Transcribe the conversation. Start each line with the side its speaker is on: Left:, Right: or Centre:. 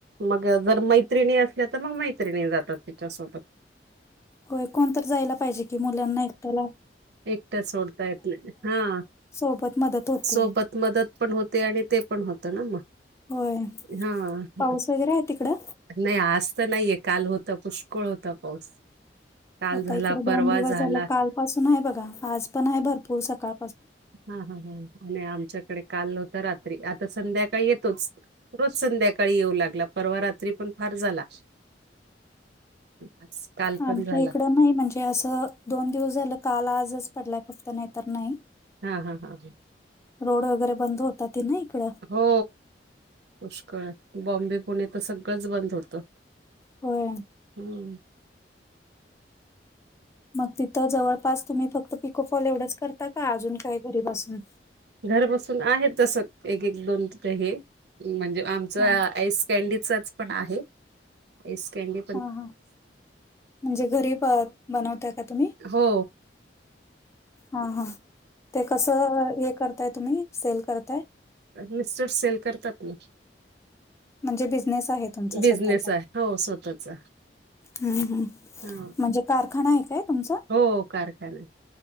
Right: मग जर मैत्रिणी अस आता मग मैत्रिणी जातात तिच्यासोबत
Left: होय कोणत जायला पाहिजे कि मुलांना ऐकताला
Right: एकटा सोडताय आपल्या हा
Left: सोबत मदत होते.
Right: सोबत मदत पण होते आणि ते पण होतं ना मग
Left: होय
Right: हा हा.
Left: पाऊस वगैरे आहे तिकडं
Right: नाही आज तर नाहीये काल होत पुष्कळ होता पाऊस काल
Left: आता
Right: झाला
Left: इकडे
Right: परवा
Left: दोन दिवस
Right: झाला
Left: झालं काल पासून आहे बघा आज पण आहे भरपूर सकाळ
Right: हा हा ह आणि आमच्याकडे काल नत रात्री आता संध्याकाळी येतोच रोज संध्याकाळी येऊ लागला परवा रात्री पण फार झाला आज काल
Left: आमच्या
Right: पण झाला
Left: इकडं नाही म्हणजे असं दोन दिवस झालं काल आजच पडलाक्त नाही तर नाही
Right: हा हा हा
Left: रोड वगैरे बंद होतातात ना इकड
Right: हो पुष्कळ आहे बॉम्बे पुणे तर सगळंच बंद होतं
Left: होय.
Right: हम्म
Left: मग तिथं जवळपास तुम्ही फक्त पिकोफॉल एवढंच करता का अजून काय घरीपासून
Right: घर बसून आहे तस एक एक दोन हे म्हणजे आमच आईस
Left: हा
Right: कॅनडीचच पण आहे आईस कॅडी
Left: हा हा म्हणजे घरी बनवताय का तुम्ही
Right: हो
Left: हा हा ते कस हे करताय तुम्ही सेल करताय?
Right: मिस्टर सेल करतात ना
Left: म्हणजे बिझनेस आहे तुमचा
Right: बिझनेस
Left: स्वतःचा
Right: आहे हो स्वतःचा
Left: हम्म हम्म
Right: हा.
Left: म्हणजे कारखाना आहे काय तुमचा
Right: हो कारखाना